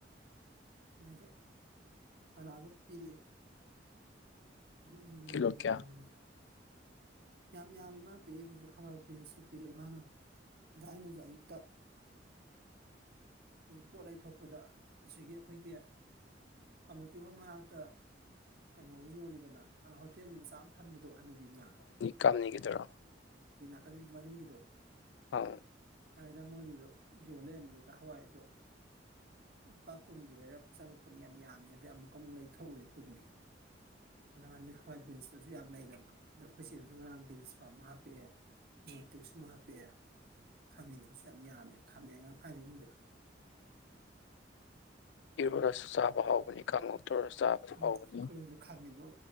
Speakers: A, on the right; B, on the left.
A: ꯃꯣꯏꯗ ꯄꯂꯥꯗ ꯄꯤꯔꯛꯑꯦ ꯎꯔ
B: ꯀꯤꯂꯣ ꯀꯌꯥ
A: <unintelligible> ꯌꯥꯝ ꯌꯥꯝꯃꯤ ꯃꯥꯅ ꯄꯤꯔꯛ ꯏꯗꯨꯁꯨ ꯍꯋꯥꯏ ꯕꯤꯟꯁꯁꯨ ꯄꯤꯔꯛꯑꯦ ꯃꯥꯅ ꯑꯗ ꯑꯩꯅꯁꯨ ꯑꯌꯨꯛꯇ ꯄꯣꯠ ꯂꯩꯊꯣꯛꯄꯗ ꯑꯁꯤꯒꯤ ꯑꯩꯈꯣꯏꯒꯤ ꯀꯝꯃꯨꯅꯤꯇꯤ ꯍꯣꯜ ꯃꯅꯥꯛꯇ ꯀꯩꯅꯣꯃ ꯌꯣꯜꯂꯤꯗꯅ ꯍꯣꯇꯦꯜ ꯃꯆꯥ ꯑꯃ ꯐꯝꯕꯗꯣ ꯍꯅꯨꯕꯤꯝꯅ
B: ꯀꯥꯝꯅꯤꯒꯤ ꯗꯔꯣ
A: <unintelligible> ꯃꯅꯤꯡꯒꯤꯗꯣ
B: ꯍ
A: ꯑꯗꯨꯗ ꯃꯣꯏꯒꯤꯗ ꯌꯣꯟ ꯂꯩꯔꯝꯕꯗꯨꯗ ꯍꯋꯥꯏꯗꯣ ꯂꯨꯄꯥ ꯀꯨꯟꯒꯤꯗꯔ ꯆꯪꯉꯛꯄꯅꯤ ꯌꯥꯝ ꯌꯥꯝꯡꯉ ꯑꯗꯩ ꯑꯃꯨꯛ ꯑꯃꯨꯛ ꯂꯩꯊꯣꯛꯎꯔꯤ ꯀꯨꯟꯒꯤ ꯑꯗꯨꯉꯥꯟꯗ ꯍꯋꯥꯏ ꯕꯤꯟꯁꯇꯁꯨ ꯌꯥꯝ ꯂꯩꯔꯕ ꯑꯗ ꯑꯩꯈꯣꯏꯆꯦ ꯔꯥꯡ ꯕꯤꯟ ꯁ ꯑꯃꯨ ꯍꯥꯞꯄꯛꯑꯦ ꯃꯣꯇꯤ ꯁꯨꯝ ꯍꯥꯞꯄꯛꯑꯦ ꯈꯥꯃꯦꯟꯕꯁꯨ ꯌꯥꯝ ꯌꯥꯝꯃꯦ ꯈꯥꯃꯦꯟ ꯉꯥꯛ ꯉꯥꯏꯔꯦ ꯏꯃꯨꯡꯗ
B: ꯏꯔꯣꯜꯂꯁꯨ ꯆꯥꯕ ꯍꯥꯎꯕꯅꯤ ꯀꯥꯡꯉꯧ ꯇꯧꯔ ꯆꯥꯕꯁꯨ
A: ꯎꯝ
B: ꯍꯥꯎꯕꯅꯤ
A: ꯈꯣꯏꯁꯨ ꯈꯃꯦꯟꯗꯣ